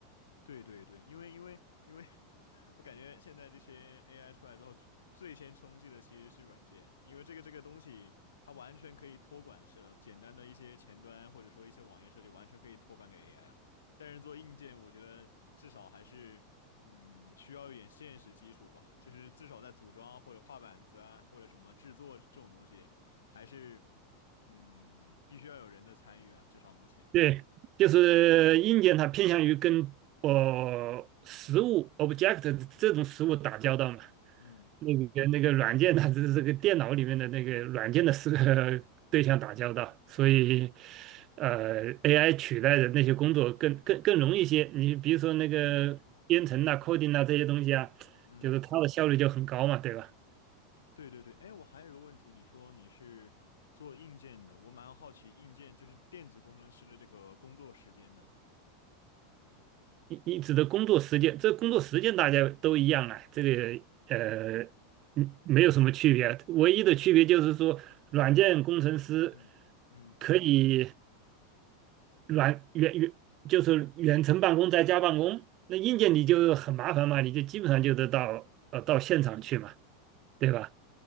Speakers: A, on the left; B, on the right.
A: 对对对，因为因为因为 <laughs> 我感觉现在这些 AI 出来之后，最先冲击的其实是软件，因为这个这个东西它完全可以托管式了，简单的一些前端或者说一些网页设计完全可以托管给 AI 了。但是做硬件，我觉得至少还是嗯需要一点现实基础吧，就是至少在组装啊或者画板子啊或者什么制作这种东西。还是嗯，必须要有人的参与啊，至少目前。
B: 对，就是硬件它偏向于跟呃实物 object 这种实物打交道嘛，
A: 嗯
B: 那个那个软件它这这个电脑里面的那个软件的是个 <laughs> 对象打交道，所以呃 AI 取代的那些工作更更更容易一些。你比如说那个编程啊、
A: 嗯
B: coding 啊这些东西啊，
A: 嗯，
B: 就是它的效率就很高嘛，对吧？
A: 对对对。哎，我还有一个问题，你说你是做硬件的，我蛮好奇硬件就是电子工程师的这个工作时间的。
B: 你你指的工作时间，这工作时间大家都一样啊，这个呃，嗯，没有什么区别，唯一的区别就是说，软件工程师
A: 嗯嗯，
B: 可以软远远就是远程办公在家办公，那硬件你就很麻烦嘛，你就基本上就得到呃到现场去嘛，对吧？